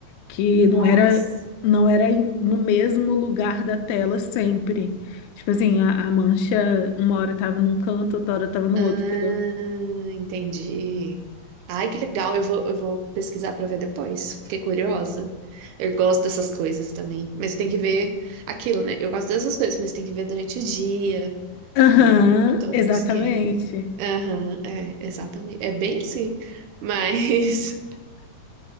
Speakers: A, on the left (about 80°); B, on the right (about 85°).
A: que
B: Nossa.
A: não era não era em- no mesmo lugar da tela sempre. Tipo assim, a, a mancha uma hora tava num canto, outra hora tava no
B: Ah,
A: outro, entendeu?
B: entendi. Ai, que legal. Eu vou, eu vou pesquisar para ver depois. Fiquei curiosa. Eu gosto dessas coisas também. Mas tem que ver aquilo, né? Eu gosto dessas coisas, mas tem que ver durante o dia,
A: Aham,
B: né? Todo
A: exatamente.
B: um esquema. Aham, é, exatamente. É bem assim. Mas. <laughs>